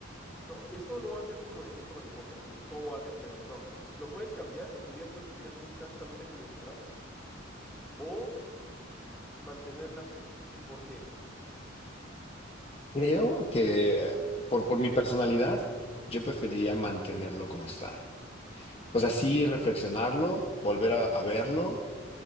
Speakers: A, in the centre; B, on the left (about 30°).
A: no, esto no va a ser como el efecto mariposa, de que todo va a ser peor, no. Lo puedes cambiar y tu vida puede seguir así exactamente como está, o mantenerla así y por qué.
B: Creo que eh, por, por mi personalidad, yo preferiría mantenerlo como está. O sea, sí reflexionarlo, volver a, a verlo